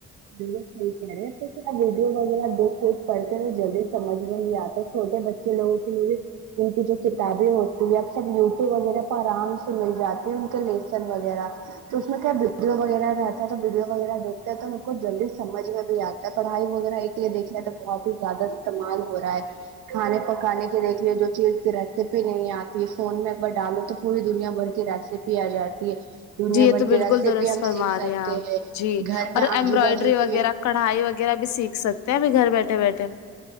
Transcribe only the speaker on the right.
باکل صحیح کہہ رہے ہیں تو کیا ویڈیو وغیرہ دکھ کے پڑتے ہیں جلدی سجھ میں نہیں آتا چھوٹے بچ چالو ٹیھک ہے ان کی جو کتابیں ہوتی ہے اب سب یوٹیوب وغیرہ پے آرام سے مل جی ہیں ان کے لیسن وغیرہ تو اس میں کیا ویڈیو وغیرہ رہتا ہے تو ویڈیو وغیرہ دیکتے تو کو جلدی سمجھ میں بھی آتا ہے پڑھائی وغیرہ ایک لیے دیکھنے تو بہت ہی زیادہ استعمال ہو رہا ہے کھانے پکانے کے دیکھ لیے جو چیز ریسیپی نہیں آتی ہے فون میں ایک بار ڈالو تو پوری دنیا بھر کی ریسیپی آ جاتی ہے دنیا
بھر
کی ریسیپی
ہم
سیکھ سکتے
گھر
میں آج
بالکل